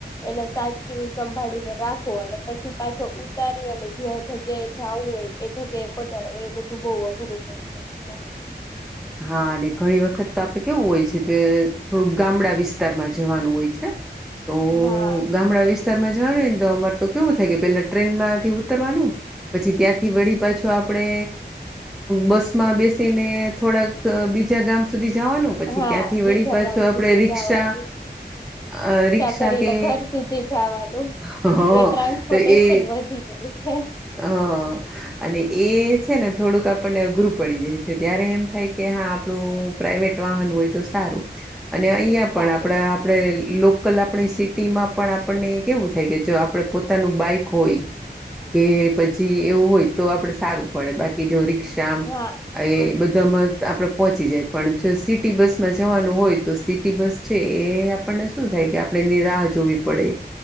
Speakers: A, on the left (about 20°); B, in the centre.
A: એને સાચવી સંભાળીને રાખો અને પછી પાછો ઉતારી અને જ્યાં જગ્યાએ જાવું હોય એ જગ્યાએ એ પોચાડો હોય એ બધું બહુ અઘરું પડી જય છે
B: હા અને ઘણી વખત તો આપડે કેવું હોય છે કે થોડુંક ગામડા વિસ્તારમાં જવાનું હોય છે તો
A: હા
B: ગામડા વિસ્તારમાં જવાનુંને તો અમાર તો કેવું થાય કે પેલા ટ્રેનમાંથી ઉતરવાનું પછી ત્યાંથી વળી પાછો આપણે બસમાં બેસીને થોડાક બીજા ગામ સુધી જવાનું પછી
A: હા
B: ત્યાંથી
A: બીજા
B: વળી પાછો
A: ગામ
B: આપણેે
A: સુધી
B: રિક્ષા
A: જવાનું
B: અ રિક્ષા
A: કરીને
B: કે
A: ઘર સુધી જવાનું
B: હ
A: એ ટ્રાન્સપોર્ટેશન
B: તો એ
A: વધી જાય છે
B: હ અને એ છે ને થોડુંક આપણને અઘરું પડી જાય છે ત્યારે એમ થાય કે હા આપડું પ્રાઈવેટ વાહન હોય તો સારું અને અહીયાં
A: સારું
B: પણ આપણા આપણે લોકલ આપણી સિટીમાં પણ આપણને કેવું થાય કે જો આપણે પોતાનું બાઈક હોય કે પછી એવું હોય તો આપડે સારું પડે બાકી જો રીક્ષા
A: હા
B: એ બધામાં આપણેે પહોંચી જાય પણ જો સિટી બસમાં જવાનું હોય તો સિટી બસ છે એ આપણને શું થાય આપણે એની રાહ જોવી પડે